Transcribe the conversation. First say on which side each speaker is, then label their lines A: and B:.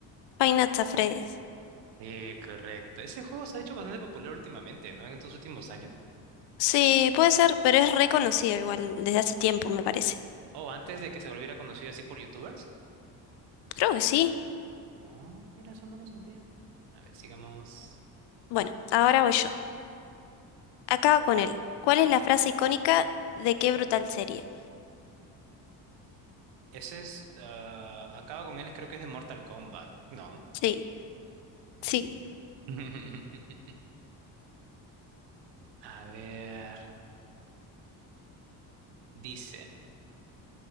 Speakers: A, on the left; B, on the right.
A: Five Nights at Freddy's.
B: Sí, correcto. Ese juego se ha hecho bastante popular últimamente, ¿no? En estos últimos años.
A: Sí, puede ser, pero es reconocido igual desde hace tiempo, me parece.
B: O antes de que se volviera conocido así por YouTubers.
A: Creo que sí.
B: Ah, mira, eso no lo sabía. A ver, sigamos.
A: Bueno, ahora voy yo. Acabo con él. ¿Cuál es la frase icónica de qué brutal serie?
B: Ese es. ah, acaba con él, creo que es de Mortal Kombat. No.
A: Sí, sí,
B: Mm. <laughs> A ver. Dice: